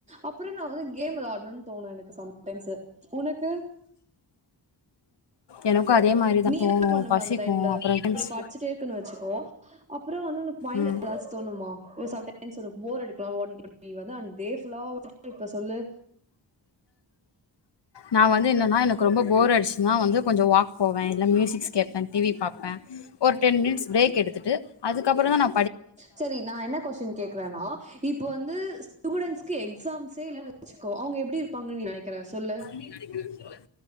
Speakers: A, on the right (about 15°); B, on the left (about 65°).
A: அப்புறோம் நா வந்து கேம் வெளையாடணும்னு தோணு எனக்கு சம்டைம்ஸ் உனக்கு
B: எனக்கு அதே மாரி தான்
A: நீ
B: தோணும்
A: என்ன பண்ணுவ
B: பசிக்கும்
A: அந்த டைம்ல
B: அப்புறம்
A: இப்ப
B: டைம்ஸ்
A: நீ படிச்சுட்டே இருக்கன்னு வச்சுக்கோ அப்றோ வந்து அந்த பாயிண்ட்
B: ம்
A: ஏதாச்சும் தோணுமா ஒரு சம்டைம்ஸ் ஒனக்கு போர்அடித்தாவோ நீ வந்து அந் டே ஃபுல்லா வச் இப்ப சொல்லு
B: நா வந்து என்னன்னா எனக்கு ரொம்ப போர் ஆடுச்சுச்சுனா வந்து கொஞ்சோம் வாக் போவே இல்ல மியூசிக்ஸ் கேப்பேன் டிவி பாப்பேன் ஒரு டென் மினிட்ஸ் பிரேக் எடுத்துட்டு அதுகப்றோமா நா
A: செரி நான் என்ன கொஸ்டின் கேக்குறேனா இப்ப வந்து ஸ்டூடெண்ட்ஸ்கு எக்ஸாம்ஸே இல்லன்னு வச்சுக்கோ அவுங்க எப்டி இருப்பாங்கன் நீ நெனைக்கிற சொல்லு
B: நீ நடிக்கிறே சொல்